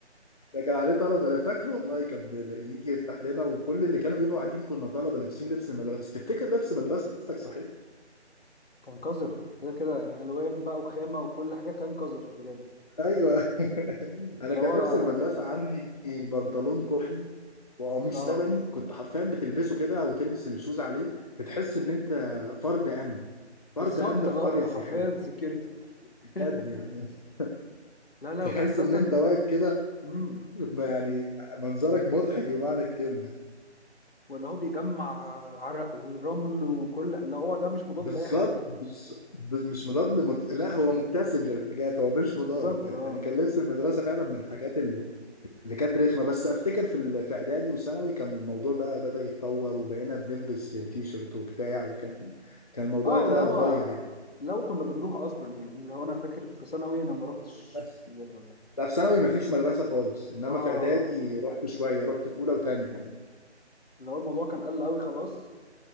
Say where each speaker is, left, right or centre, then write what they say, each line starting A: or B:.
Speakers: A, on the left (about 35°); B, on the left (about 55°).
A: ده كان عليه طلبة أنا فاكره والله كان بي- يجي يفتح لنا وكل اللي كانوا بيبقوا قاعدين كنا طلبة لابسين لبس المدرسة تفتكر لبس مدرستك صحيح؟
B: <laughs> كان قذر كده كده يعني الوان بقى وخامه وكل حاجه كان قذر بجد
A: أيوه انا
B: اللي
A: كان
B: هو
A: لبس المدرسه عندي بنطلون
B: مم.
A: كحلي وقميص
B: اه
A: لبني كنت حرفيا بتلبسه كده او تلبس الشوز عليه بتحس ان انت فرد امن فرد
B: بالظبط
A: امن
B: اه
A: في قريه سياحيه
B: حرفيا سكيورتي
A: بجد
B: <laughs>
A: يعني <laughs>
B: لا لا
A: تحس
B: وتحس اصلا
A: ان انت واقف كده
B: امم
A: ب- يعني منظرك مضحك بمعنى الكلمه
B: ولا هو بيجمع عرق ورمل وكل اللي هو ده مش مضاد
A: بالظبط
B: لاي حاجه ده
A: بالظ- بز- مش مضاد لمد... لا هو مكتسب للحاجات هو
B: <laughs>
A: مش مضاد
B: بالظبط اه
A: يعني كان لبس المدرسه فعلا من الحاجات اللي كانت رخمه بس افتكر في ال- في اعدادي وثانوي كان الموضوع بقى بدأ يتطور وبقينا بنلبس تي شيرت وبتاع وكان كان الموضوع
B: اه
A: لا
B: اللي هو
A: اتغير يعني
B: لو كنا بنروح اصلا يعني اللي هو انا فاكر في ثانوي انا ما روحتش
A: بس
B: و-
A: لا في ثانوي مفيش مدرسه خالص انما
B: اه
A: في اعدادي رحت شويه رحت في اولى وثانيه يعني
B: اللي هو الموضوع كان قل قوي خلاص